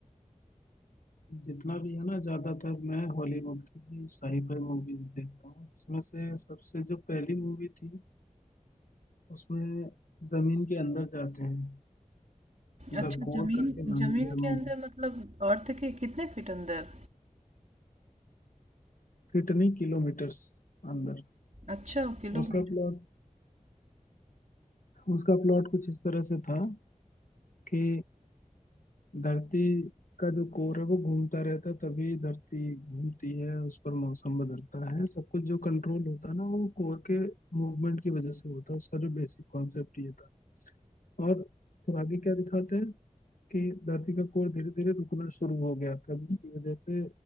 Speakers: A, on the left (about 80°); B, on the right (about 60°).
A: जितना भी है ना ज्यादातर मैं हॉलीवुड की ही साईफाई मूवीज देखता हूँ उसमें से सबसे जो पहली मूवी थी उसमें जमीन के अंदर जाते हैं
B: अच्छा
A: द कोर
B: ज़मीन
A: करके नाम
B: ज़मीन
A: है
B: के
A: मूवी
B: अंदर मतलब अर्थ के कितने फीट अंदर?
A: कितनी किलोमीटर्स अंदर
B: अच्छा किलोमीटर
A: उसका प्लॉट उसका प्लॉट कुछ इस तरह से था कि धरती का जो कोर है वो घूमता रहता है तभी धरती घूमती है उस पर मौसम बदलता है सब कुछ जो कंट्रोल होता है ना वो कोर के मूवमेंट की वजह से होता है उसका जो बेसिक कॉन्सेप्ट ये था और फिर आगे क्या दिखाते हैं कि धरती का कोर धीरे धीरे रुकना शुरू हो गया था जिसकी वजह से